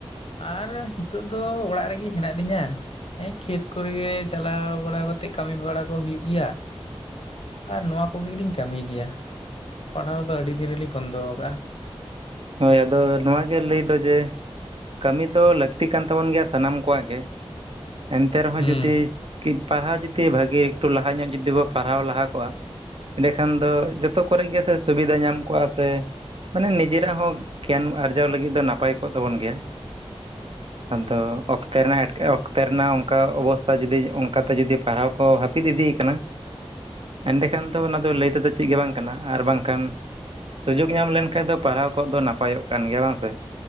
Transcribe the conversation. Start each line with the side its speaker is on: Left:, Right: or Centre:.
Left: ᱟᱨ ᱦᱤᱛᱚᱜ ᱫᱚ ᱚᱲᱟᱜ ᱨᱮᱜᱮ ᱦᱮᱱᱟᱜ ᱞᱤᱧᱟᱹ ᱦᱮᱸ ᱠᱷᱮᱛ ᱠᱚᱨᱮ ᱜᱮ ᱪᱟᱞᱟᱣ ᱵᱟᱲᱟ ᱠᱟᱛᱮᱜ ᱠᱟᱹᱢᱤ ᱵᱟᱲᱟ ᱠᱚ ᱦᱩᱭᱩᱜ ᱜᱮᱭᱟ ᱾ ᱟᱨ ᱱᱚᱣᱟ ᱠᱚᱜᱮᱞᱤᱧ ᱠᱟᱹᱢᱤ ᱜᱮᱭᱟ ᱯᱟᱲᱦᱟᱣ ᱫᱚ ᱟᱹᱰᱤ ᱫᱤᱱ ᱨᱮᱞᱤᱧ ᱵᱚᱱᱫᱚ ᱟᱠᱟᱟᱜᱼᱟ ᱾
Right: ᱦᱚᱭ ᱟᱫᱚ ᱱᱚᱣᱟ ᱜᱮ ᱞᱟᱹᱭ ᱫᱚ ᱡᱮ ᱠᱟᱹᱢᱤ ᱫᱚ ᱞᱟᱹᱠᱛᱤ ᱠᱟᱱ ᱛᱟᱵᱚᱱ ᱜᱮᱭᱟ ᱥᱟᱱᱟᱢ ᱠᱚᱣᱟᱜ ᱜᱮ ᱾ ᱮᱱᱛᱮ ᱨᱮᱦᱚᱸ
Left: ᱦᱩᱸ
Right: ᱡᱩᱫᱤ ᱠᱤ ᱯᱟᱲᱦᱟᱣ ᱡᱩᱫᱤ ᱵᱷᱟᱹᱜᱤ ᱮᱠᱴᱩ ᱞᱟᱦᱟ ᱧᱚᱜ ᱡᱩᱫᱤ ᱵᱚ ᱯᱟᱲᱦᱟᱣ ᱞᱟᱦᱟ ᱠᱚᱜᱼᱟ ᱮᱸᱰᱮᱠᱷᱟᱱ ᱫᱚ ᱡᱚᱛᱚ ᱠᱚᱨᱮᱜ ᱜᱮᱥᱮ ᱥᱩᱵᱤᱫᱷᱟ ᱧᱟᱢ ᱠᱚᱜᱼᱟ ᱥᱮ ᱾ ᱢᱟᱱᱮ ᱱᱤᱡᱮᱨᱟᱜ ᱦᱚᱸ ᱜᱮᱭᱟᱱ ᱟᱨᱡᱟᱣ ᱞᱟᱹᱜᱤᱫ ᱫᱚ ᱱᱟᱯᱟᱭ ᱠᱚᱜ ᱛᱟᱵᱚᱱ ᱜᱮᱭᱟ ᱟᱫᱚ ᱚᱠᱛᱮ ᱨᱮᱱᱟᱜ ᱮᱴᱠ ᱚᱠᱛᱮ ᱨᱮᱱᱟᱜ ᱚᱱᱠᱟ ᱚᱵᱚᱥᱛᱟ ᱡᱩᱫᱤ ᱚᱱᱠᱟ ᱛᱮ ᱡᱩᱫᱤ ᱯᱟᱲᱦᱟᱣ ᱠᱚ ᱦᱟᱹᱯᱤᱫ ᱤᱫᱤ ᱟᱠᱟᱱᱟ ᱮᱸᱰᱮ ᱠᱷᱟᱱ ᱫᱚ ᱚᱱᱟ ᱫᱚ ᱞᱟᱹᱭ ᱛᱮᱫᱚ ᱪᱮᱫ ᱜᱮ ᱵᱟᱝ ᱠᱟᱱᱟ ᱟᱨ ᱵᱟᱝᱠᱷᱟᱱ ᱥᱩᱡᱳᱜᱽ ᱧᱟᱢ ᱞᱮᱱᱠᱷᱟᱡ ᱫᱚ ᱯᱟᱲᱦᱟᱣ ᱠᱚᱜ ᱫᱚ ᱱᱟᱯᱟᱭᱚᱜ ᱠᱟᱱ ᱜᱮᱭᱟ ᱵᱟᱝ ᱥᱮ ᱾